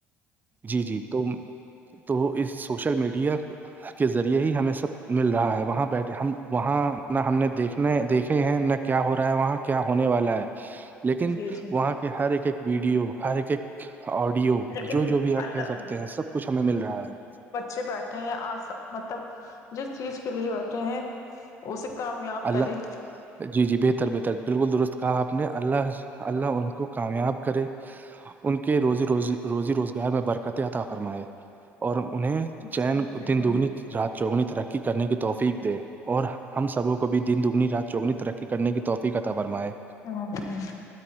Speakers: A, on the right (about 25°); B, on the left (about 55°).
A: جی جی تو تو اس سوشل میڈیا کے ذریعے ہی ہمیں سب مل رہا ہے وہاں بیٹے ہم وہاں نہ ہم نے دیکھنے دیکھے ہیں نہ کیا ہو رہا ہے وہاں کیا ہونے والا ہے لیکن
B: جی جی
A: وہاں کے ہر ایک ایک ویڈیو ہر ایک ایک آڈیو
B: لیکن
A: جو جو بھی آپ
B: اللہ
A: کہہ سکتے ہیں سب کچھ ہمیں مل رہا ہے
B: اے بیٹھے ہیں آ مطلب جس چیز کے لیے بیٹھے ہیں اسے کامیاب
A: اللہ
B: کرے
A: جی جی بہتر بہتر بالکل درست کہا آپ نے اللہ اللہ ان کو کامیاب کرے ان کے روزی روزی روزی روزگار میں برکت عطا فرمائے اور انہیں
B: جی
A: چین
B: جی بالکل،
A: دن دگنی رات چگنی ترقی کرنے کی توفیق دے اور ہم سبوں کوب بھی دن دگنی رات چوگنی ترقی کرنے کی توفی کتا فرمائے
B: جی